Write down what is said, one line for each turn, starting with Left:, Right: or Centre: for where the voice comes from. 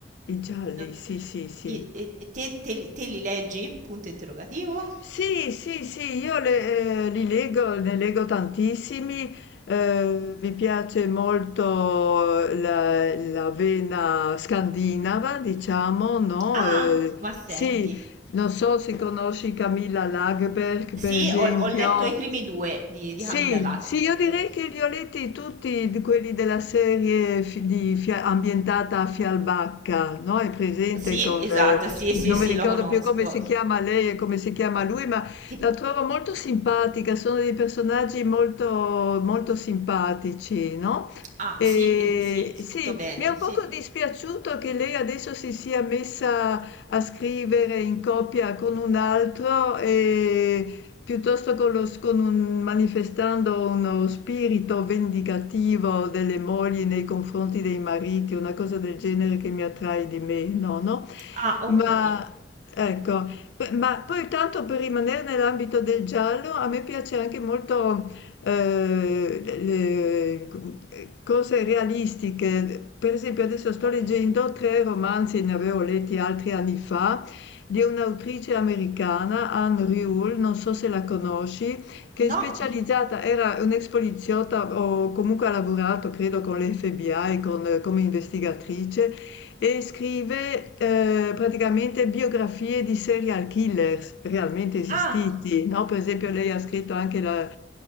Left: i gialli,
Right: Non so-
Left: sì, sì, sì.
Right: i- e- e te, te li te li leggi? Punto interrogativo. No,
Left: Sì, sì, sì, io le- eh, li leggo, ne leggo tantissimi, eh, mi piace molto la, la vena scandinava, diciamo, no?
Right: Ah,
Left: Eh,
Right: no. ma senti.
Left: sì, non so se conosci Camilla Lagerberg,
Right: Sì,
Left: per esempio.
Right: ho ho letto i primi 2 di di
Left: Sì,
Right: Camilla Lagerberg.
Left: sì, io direi che li ho letti tutti d- quelli della serie fi- di Fia- ambientata a Fialbacca, no? È presente
Right: Sì,
Left: con,
Right: esatto,
Left: eh,
Right: sì, sì,
Left: non
Right: sì,
Left: mi ricordo
Right: lo conosco.
Left: più come si chiama lei e come si chiama lui, ma
Right: Ti
Left: la trovo molto simpatica, sono dei personaggi molto, molto simpatici, no?
Right: ah,
Left: E
Right: sì, es sì, scritto
Left: sì,
Right: bene,
Left: mi è un
Right: sì.
Left: poco dispiaciuto che lei adesso si sia messa a scrivere in coppia con un altro e piuttosto con lo- con un- manifestando uno spirito vendicativo delle mogli nei confronti dei mariti, una cosa del genere che mi attrae di meno, no?
Right: Ah, okay,
Left: Ma
Right: okay,
Left: ecco, p- ma poi tanto per rimanere nell'ambito del giallo, a me piace anche molto eh, le- cose realistiche. Per esempio, adesso sto
Right: okay.
Left: leggendo tre romanzi, ne avevo letti altri anni fa, di un'autrice americana, Anne Rule, non so se la conosci che
Right: No
Left: è specializzata, era un ex poliziotta o comunque ha lavorato credo con l'FBI con, come investigatrice e scrive eh, praticamente biografie di serial killers realmente esistiti,
Right: ah,
Left: no? Per esempio
Right: no.
Left: lei ha scritto anche la,